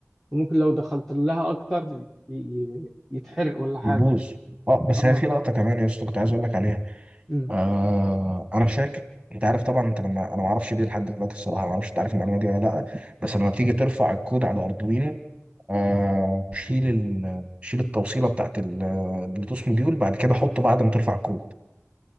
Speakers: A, in the centre; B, on the right (about 20°).
A: وممكن لو دخلت لها اكتر ي- ي- يتحرق ولا حاجه
B: يبوظ اه بس
A: اه
B: هي في لقطه كمان يا اسطى كنت عايز اقول لك عليها
A: أمم.
B: آه انا شاكك انت عارف طبعا انت لما انا ما اعرفش ليه لحد دلوقتي الصراحه ما اعرفش انت عارف المعلومه دي ولا لا بس لما بتيجي ترفع الكود على اردوينو آه شيل ال... شيل التوصيله بتاعت البلوتوث موديول بعد كده حطه بعد ما ترفع الكود